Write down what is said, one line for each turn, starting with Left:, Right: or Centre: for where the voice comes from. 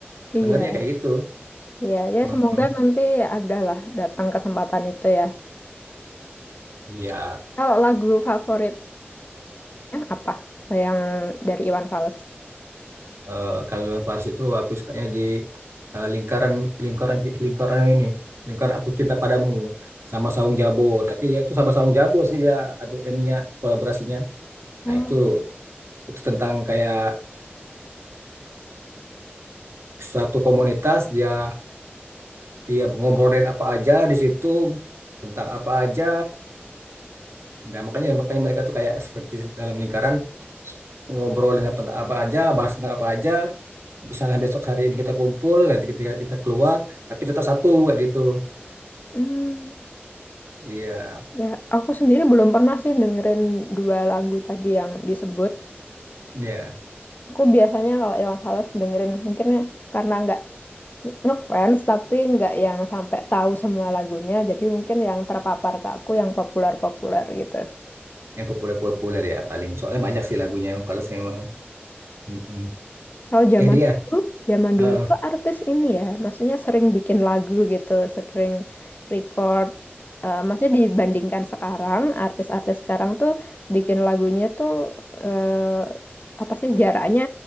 Right: sebenarnya
Left: Iya,
Right: kayak gitu.
Left: iya, ya
Right: Mm-mm.
Left: semoga nanti ada lah datang kesempatan itu ya.
Right: Iya,
Left: Kalau lagu favoritnya apa? Yang dari Iwan Fals?
Right: eh, kalau Iwan Fals itu aku sukanya di eh, lingkaran lingkaran lingkaran ini, lingkaran aku cinta padamu sama Saung Jabo, tapi dia itu sama Saung Jabo sih dia aduh ininya kolaborasinya. Nah,
Left: Oh,
Right: itu Itu tentang kayak suatu komunitas dia dia ngobrolin apa aja di situ tentang apa aja. Nah, makanya makanya mereka tuh kayak seperti dalam lingkaran ngobrolin apa, apa aja, bahas tentang apa aja. Misalnya besok hari ini kita kumpul, nanti ketika kita keluar, tapi tetap satu kayak gitu.
Left: hmm,
Right: Iya,
Left: ya aku sendiri belum pernah sih dengerin dua lagu tadi yang disebut.
Right: iya.
Left: aku biasanya kalau Iwan Fals dengerin mungkin ya karena nggak se- ngefans tapi nggak yang sampai tahu semua lagunya jadi mungkin yang terpapar ke aku yang populer-populer gitu
Right: Yang populer-populer ya paling. Soalnya banyak sih lagunya kalau saya memang. Mm-mm.
Left: Kalau zaman
Right: Eh dia,
Left: dulu, zaman
Right: Eh,
Left: dulu tuh artis ini ya, maksudnya sering bikin lagu gitu, sering record. Eh, maksudnya dibandingkan sekarang, artis-artis sekarang tuh bikin lagunya tuh eh, apa sih jaraknya